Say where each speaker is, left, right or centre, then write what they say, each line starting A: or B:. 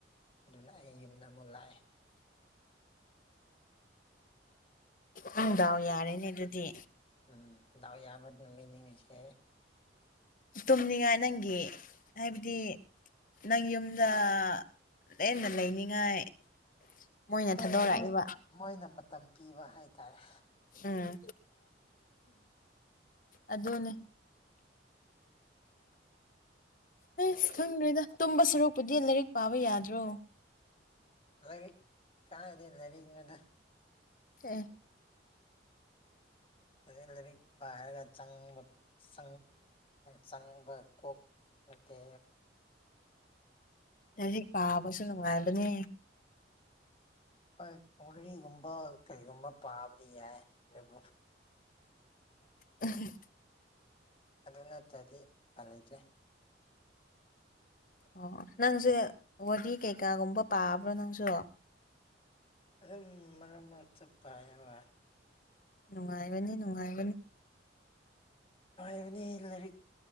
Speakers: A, on the left; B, on the left.
A: ꯑꯗꯨꯅ ꯑꯩ ꯌꯨꯝꯗ ꯑꯃꯨꯛ ꯂꯥꯛꯑꯦ
B: ꯑꯣꯅꯨꯡꯗꯥꯎ ꯌꯥꯔꯦꯅꯦ ꯑꯗꯨꯗꯤ
A: ꯎꯝ ꯎ ꯌꯥꯕꯠ ꯅ ꯃꯤꯅꯤꯁ
B: ꯇꯨꯝꯅꯤꯡꯉꯥꯏ ꯅꯪꯒꯤ ꯍꯥꯏꯕꯗꯤ ꯅꯪ ꯌꯨꯝꯗ ꯂꯦꯝꯅ ꯂꯩꯅꯤꯡꯉꯥꯏ ꯃꯣꯏꯅ
A: ꯍꯣꯏ
B: ꯊꯥꯗꯣꯔꯛꯏꯕ
A: ꯃꯣꯏ ꯃꯣꯏꯅ ꯃꯇꯝ ꯄꯤꯕ ꯍꯥꯏꯇꯥꯔꯦ
B: ꯑꯝ ꯑꯗꯨꯅꯦ ꯍꯁ ꯈꯪꯗ꯭ꯔꯔꯤꯗ ꯇꯨꯝꯕ ꯁꯔꯨꯛꯄꯨꯗꯤ ꯂꯥꯏꯔꯤꯛ ꯄꯥꯕ ꯌꯥꯗ꯭ꯔꯣ
A: ꯂꯔꯤ ꯀꯗꯤ ꯂꯩꯔꯤꯅꯗ
B: ꯑ
A: ꯑ ꯂꯥꯏꯔꯤꯛ ꯄꯥꯏꯔꯒ ꯆꯕ ꯆ ꯆꯪꯕ ꯀꯣꯛ ꯑꯠꯇ
B: ꯍꯧꯖꯤꯛ ꯄꯥꯕꯁꯨ ꯅꯨꯡꯉꯥꯏꯕꯅꯦ
A: ꯍꯣꯏ ꯃꯣꯔꯤꯒꯨꯝꯕ ꯀꯔꯤꯒꯨꯝꯕ ꯄꯥꯕꯗꯤ ꯌꯥꯏ ꯑꯗꯨꯕꯨ
B: ꯎꯝ
A: ꯑꯗꯨ ꯅꯠꯇ꯭ꯔꯗꯤ ꯄ ꯂꯩꯇ꯭ꯔꯦ
B: ꯑ ꯑꯣ ꯅꯪꯁꯦ ꯋꯥꯔꯤ ꯀꯩꯀꯥꯒꯨꯝꯕ ꯄꯥꯕ꯭ꯔꯣ ꯅꯪꯁꯨ
A: ꯑ ꯃꯔ ꯃꯔ ꯆ ꯄꯕ
B: ꯅꯨꯡꯉꯥꯏꯕꯅꯤ ꯅꯨꯡꯉꯥꯏ
A: ꯏꯕ ꯂꯩꯔꯤꯛ